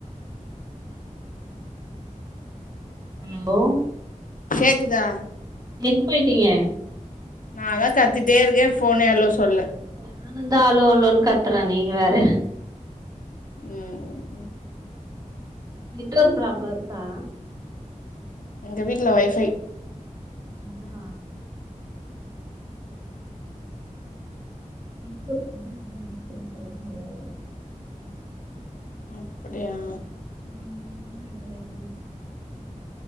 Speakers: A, on the right (about 30°); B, on the left (about 80°).
A: hello
B: கேக்குதா
A: எங்க போயிட்டீங்க
B: நாலா கத்திட்டே இருக்கே ஃபோனே ஹலோ சொல்ல
A: நானுந்தா அலோ அலோன்னு கத்தற நீ வேற
B: ம் ம்
A: நெட்ஒர்க் ப்ராப்ளம் இருக்கா
B: எங்க வீட்டுல வைஃ பை
A: அதா நிப்ப <unintelligible>
B: அப்படியா
A: ம் என்ன பண்றீங்க